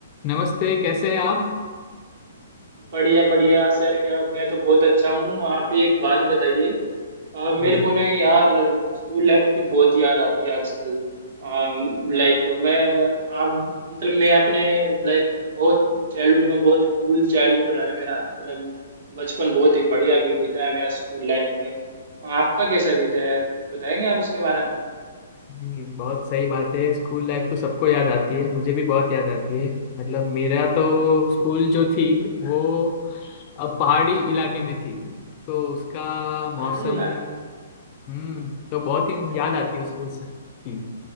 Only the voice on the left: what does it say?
नमस्ते कैसे हैं आप
ये
बताओ
ये बहुत सही बात है स्कूल लाइफ तो सबको याद आती है मुझे भी बहुत याद आती है मतलब मेरा तो स्कूल जो थी वो अब पहाड़ी इलाके में थी तो उसका
मौसम
हम्म तो बहुत ही याद आती है उस मौसम की